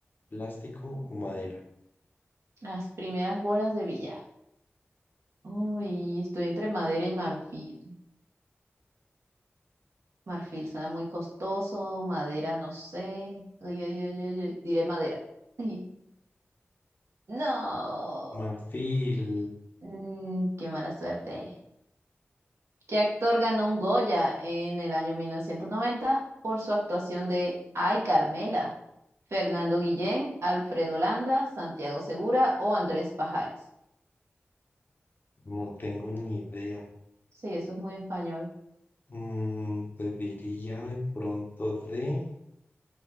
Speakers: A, on the left; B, on the right.
A: ¿Plástico o madera?
B: Las primeras bolas de billar. Uy, estoy entre madera y marfil. Marfil será muy costoso, madera no sé. Uy, uy, uy, uy, uy, Diré madera. Uy, No,
A: Marfil,
B: Mm, qué mala suerte. ¿Qué actor ganó un Goya en el año 1990 por su actuación de Ay, Carmela? Fernando Guillén, Alfredo Landa, Santiago Segura o Andrés Pajares.
A: no tengo ni idea.
B: Sí, eso es muy español.
A: Mm, te diría de pronto de